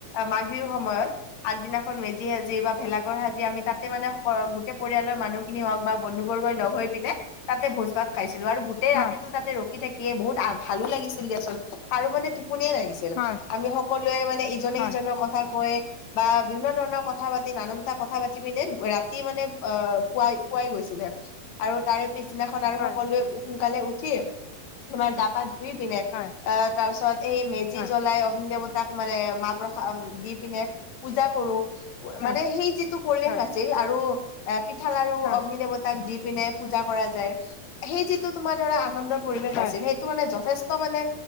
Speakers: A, on the left; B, on the left.
A: মাঘ বিহুৰ সময়ত আগদিনাখন মেজি সাজি বা ভেলাঘৰ আজি আমি তাতে মানে গোটেই পৰিয়ালৰ মানুহ খিনি হওক বা বন্ধু বৰ্গই লগ হৈ পিনে, তাতে ভোজ ভাত খাইছো। আৰু গোটেই
B: হয়
A: ৰাতিটো তাতে ৰখি থাকিয়ে বহুত ভালো লাগিছিল দিয়াচোন, আৰু মানে তুপনিয়ে নাহিছিল।
B: হয়
A: আমি সকলোৱে মানে ইজনে
B: হয়
A: সিজনৰ কথা কয় বা বিভিন্ন ধৰণৰ কথা পাতি নানানটা কথা পাতি পিনে ৰাতি মানে অ পুৱাই পোৱাই গৈছিলে। আৰু তাৰে পিছদিনাখন আৰু
B: হয়
A: সকলোৱে সোনকালে উঠি তোমাৰ গা পা ধুই পিনে অ
B: হয়
A: তাৰ পিছত এই মেজি
B: হয়
A: জ্বলাই অগ্নি দেৱতাক মানে মাহ প্ৰসাদ দি পিনে পূজা কৰো,
B: হয়
A: মানে সেই যিটো পৰিৱেশ
B: হয়
A: আছিল আৰু এ পিঠা, লৰু
B: হয় হয়
A: অগ্নি দেৱতাক দি পিনে পূজা কৰা যায়। সেই যিটো তোমাৰ ধৰা আনন্দৰ পৰিৱেশ
B: হয়
A: আছিল, সেইটো মানে যথেষ্ট মানে